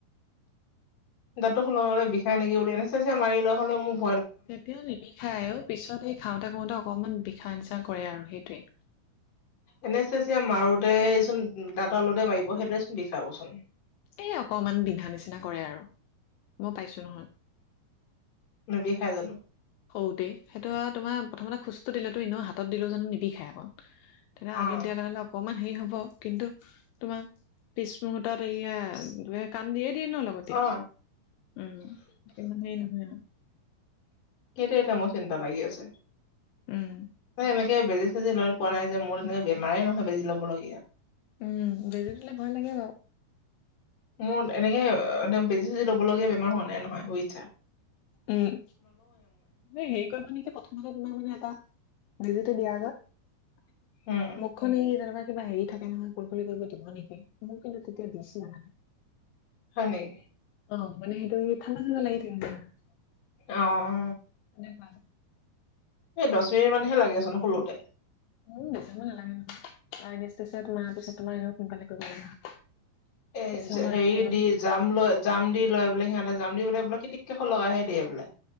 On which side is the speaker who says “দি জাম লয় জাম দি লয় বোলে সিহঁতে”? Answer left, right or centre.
Left